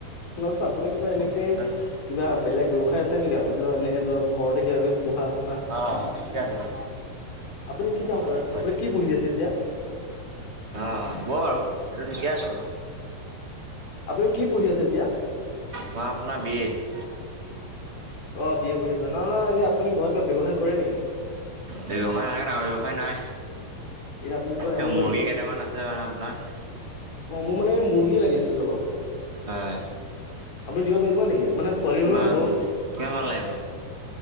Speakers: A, on the left; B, on the right.
A: শুনকচোন আপোনি কিবা এনেকে
B: হয়
A: কিবা বেলেগ ব্যৱসায় আছে নেকি আপুনি ধ এনে ধৰ ঘৰতে কিবা। পোহা চোহা
B: অঁ ঠিকে আছে বাৰু
A: আপুনি কি কাম
B: হয়
A: কৰেন আপুনি কি পুহি আছে এতিয়া।
B: অঁ হ'ব বাৰু সেইটো ঠিকে আছে বাৰু।
A: আপুনি কি পঢ়ি আছে এতিয়া
B: মই আপোনাৰ বি এ
A: অ বি এ পঢ়ি আছে না এনে আপুনি ঘৰত কিবা ব্যৱহায় কৰে নেকি?
B: ব্যৱসায় সেনেকে ডাঙৰ ব্যৱসায় নাই।
A: এতিয়া আপুনি কিবা এনেকুৱা
B: এ মুৰ্গী কেইটামান আছে মানে আপোনাৰ।
A: অ মোৰ মানে এই মুৰ্গী লাগিছিল অলপ।
B: হয়
A: আপুনি দিব পাৰিব নেকি মানে পোৱালি
B: কিমান
A: হ'লেও হ'ব।
B: কিমানমান লাগিব